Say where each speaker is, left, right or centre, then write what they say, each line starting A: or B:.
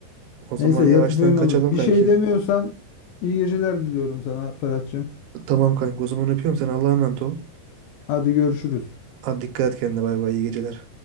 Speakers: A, on the right; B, on the left.
A: O zaman
B: Neyse
A: yavaştan
B: yatıp uyumalı.
A: kaçalım
B: Bir
A: kanki.
B: şey demiyorsan iyi geceler diliyorum sana Ferhat'cığım.
A: Tamam kanka o zaman öpüyorum seni Allah'a emanet ol.
B: Hadi görüşürüz.
A: Hadi dikkat et kendine bay bay iyi geceler.